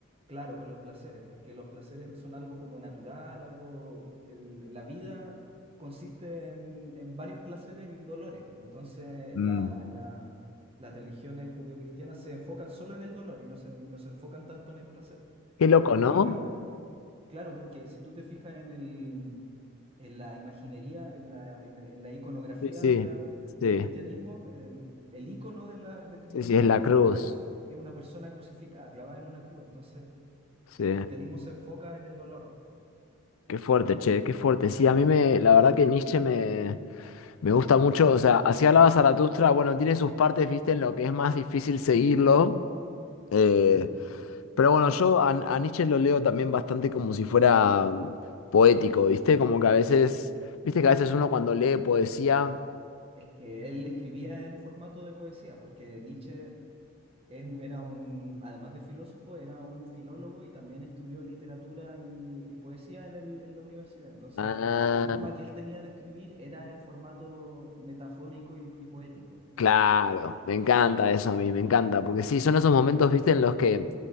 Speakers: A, on the right; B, on the left.
A: claro, con los placeres, porque los placeres son algo como natural, algo, el- la vida consiste en, en varios placeres y dolores. pues, Entonces,
B: Mm.
A: la, la- las religiones judeocristianas se enfocan solo en el dolor y no se, y no se enfocan tanto en el placer. pues.
B: Qué
A: Si
B: loco,
A: tú te
B: ¿no?
A: fijas, claro, porque si tú te fijas en el, en la imaginería, en la, en- en la iconografía
B: Sí, sí,
A: de la, del
B: sí,
A: cristianismo, el, el icono de la- del cristianismo
B: sí, sí, es la
A: es
B: cruz.
A: una, perso- es una persona crucificada, clavada en una cruz. Entonces,
B: Sí,
A: el cristianismo se enfoca en el dolor.
B: qué fuerte, che, qué fuerte. Sí, a mí
A: Sí,
B: me,
A: sí,
B: la verdad que Nietzsche me, me gusta mucho. O sea, así hablaba Zaratustra, bueno, tiene sus partes, viste, en lo que es más difícil seguirlo. eh,
A: ajá.
B: pero bueno, yo a, a Nietzsche lo leo también bastante como si fuera mm, poético, viste, como que a veces, viste que a veces uno cuando lee poesía.
A: Es que él escribía en formato de poesía, porque Nietzsche es un- era un, además de filósofo, era un filólogo y también estudió literatura y, y poesía en el- en la universidad. Entonces,
B: Ah,
A: la forma que él tenía de escribir era en formato metafórico y y poético.
B: Claro, me encanta eso a mí, me encanta, porque sí, son esos momentos, viste, en los que